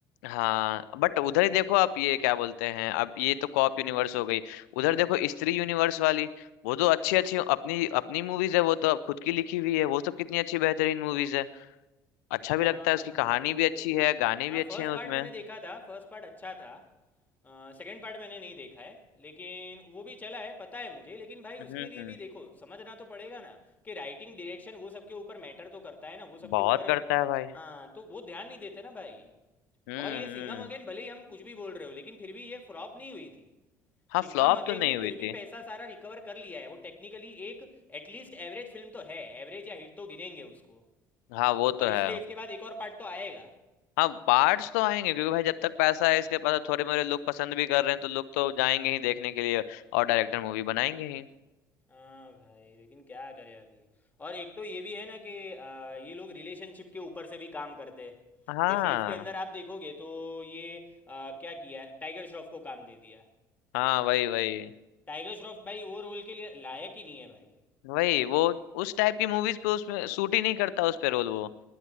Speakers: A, on the left; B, on the left.
A: हाँ बट उधर ही देखो आप ये क्या बोलते हैं अब ये तो कॉप यूनिवर्स हो गई उधर देखो स्त्री यूनिवर्स वाली वो तो अच्छी अच्छी अपनी अपनी मूवीज है वो तो अब खुद की लिखी हुई है वो सब कितनी अच्छी बेहतरीन मूवीज है अच्छा भी
B: हाँ
A: लगता है
B: हाँ
A: उसकी कहानी
B: वो
A: भी अच्छी है गाने
B: हाँ
A: भी अच्छे
B: फर्स्ट
A: हैं उसमें
B: पार्ट मैंने देखा था फर्स्ट पार्ट अच्छा था सेकंड पार्ट मैंने नहीं देखा है लेकिन वो भी चला है पता है मुझे लेकिन भाई
A: हम्म
B: उसके लिए
A: हम्म
B: भी देखो समझना तो पड़ेगा ना कि राइटिंग डायरेक्शन वो सबके ऊपर मैटर तो करता है ना वो सबके
A: बहुत
B: ऊपर
A: करता है भाई
B: हाँ तो वो ध्यान नहीं देते ना भाई
A: हम्म
B: और ये
A: हम्म
B: सिंघम अगेन भले ही हम कुछ भी बोल रहे हो लेकिन फिर भी ये फ्लॉप नहीं हुई थी
A: हाँ
B: सिंघम
A: फ्लॉप
B: अगेन
A: तो नहीं
B: ने फिर
A: हुई थी
B: भी पैसा सारा रिकवर कर लिया है वो टेक्निकली एक एटलीस्ट एवरेज फिल्म तो है एवरेज या हिट तो गिनेंगे उसको
A: हाँ वो
B: और
A: तो
B: इसलिए
A: है
B: इसके बाद एक और पार्ट तो आएगा
A: हाँ पार्ट्स तो आएंगे क्योंकि भाई जब तक पैसा है इसके पास थोड़े मोरे लोग पसंद भी कर रहे हैं तो लोग तो जाएंगे ही देखने के लिए और डायरेक्टर मूवी बनाएंगे ही
B: हाँ भाई लेकिन क्या करें अभी और एक तो ये भी है ना कि आ, ये लोग रिलेशनशिप के ऊपर से भी काम करते हैं
A: हाँ
B: जैसे इसके अंदर आप देखोगे तो ये आ, क्या किया है? टाइगर श्रॉफ को काम दे दिया
A: हाँ वही वही
B: टाइगर श्रॉफ भाई वो रोल के लिए लायक ही नहीं है भाई
A: वही वो उस टाइप की मूवीज पे उसमें सूट ही नहीं करता उस पे रोल वो